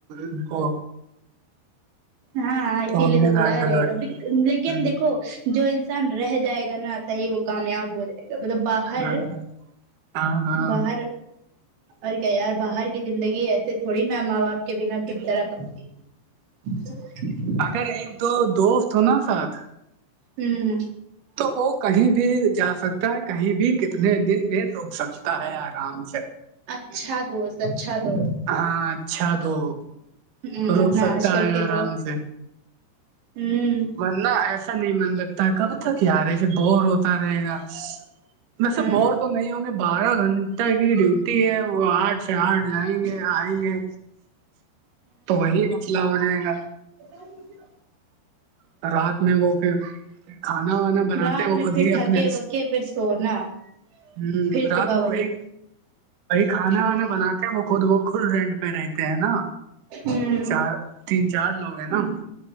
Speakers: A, on the right (about 55°); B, on the right (about 85°).
A: ان کو
B: ہاں ہاں اسی
A: ہم
B: لیے
A: نے
B: تو
A: کہا
B: بلا
A: چلو
B: رہے ہیں اب
A: ٹھیک
B: لیکن
A: ہ
B: دیکھو جو انسان رہ جائے گا نا صحیح وہ کامیاب ہو جائے مطلب باہر
A: ہاں ہاں ہاں
B: باہر اور کیا یار باہر کی زندگی ایسے تھوڑی نا ماں باپ کے بنا کس طرح کرتی <unintelligible>
A: اگر ایک دو دوست ہو نا ساتھ
B: ہوں
A: تو وہ کہیں بھی جا سکتا ہے کہیں بھی کتنے دن بھی رک سکتا ہے آرام سے
B: اچھا دوست اچھا دوست
A: ہاں اچھا تو
B: ورنہ
A: رک
B: آج
A: سکتا
B: کل
A: ہے
B: کے
A: آرام
B: دوست
A: سے
B: ہوں
A: ورنہ ایسا نہیں من لگتا کب تک یار ایسے بور ہوتا رہے گا وسے
B: ہوں
A: بور تو نہیں ہوں گے بارہ گھنٹہ کی ڈیوٹی تی ہے وہ آٹھ سے آٹھ جائیں گے آئیں گے تو وہی مسئلہ ہو جائے گا
B: ا <unintelligible>
A: تو رات میں وہ پھر کھانا وانا بناتے
B: رات
A: ہیں وہ
B: میں
A: خود
B: پھر
A: ہی
B: تھکے
A: اپنے
B: وکے پھر سونا
A: ہوں
B: پھر
A: رات
B: صبح
A: میں
B: وہی
A: بھائی کھانا وانا بناتے ہیں وہ خود وہ خود رینٹ پہ رہتے ہیں نا
B: ہوں
A: چار تین چار لوگ ہے نا